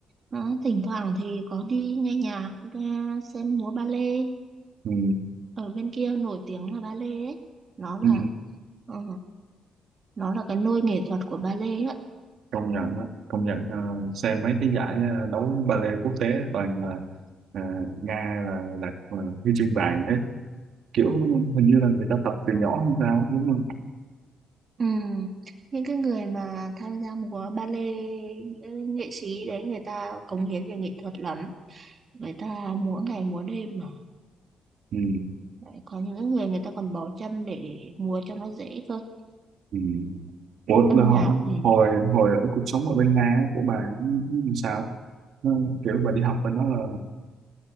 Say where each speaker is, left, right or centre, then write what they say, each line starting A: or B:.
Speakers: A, on the right; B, on the right.
A: Đó, thỉnh thoảng thì có đi nghe nhạc nghe xem múa ba lê
B: Ừ.
A: ở bên kia nổi tiếng là ba lê ấy nó là
B: Ừ.
A: Ờ, nó là cái nôi nghệ thuật của ballet lê á.
B: công nhận á, công nhận ờ, xem mấy cái giải ờ, đấu ballet quốc tế toàn là ờ, Nga là là ờ, huy chương vàng hết kiểu hình như là người ta tập từ nhỏ hay sao á, đúng không?
A: Ừ. Những cái người mà tham gia múa ballet những nghệ sĩ đấy người ta cống hiến về nghệ thuật lắm. Người ta múa ngày múa đêm mà.
B: Ừ.
A: Đấy, có những cái người người ta còn bỏ chân để múa cho nó dễ cơ.
B: Ừ. Ủa,
A: Âm
B: mà họ-
A: nhạc thì...
B: hồi hồi ở cuộc sống ở bên Nga á, của bà làm sao? Nó, kiểu bà đi học bên đó là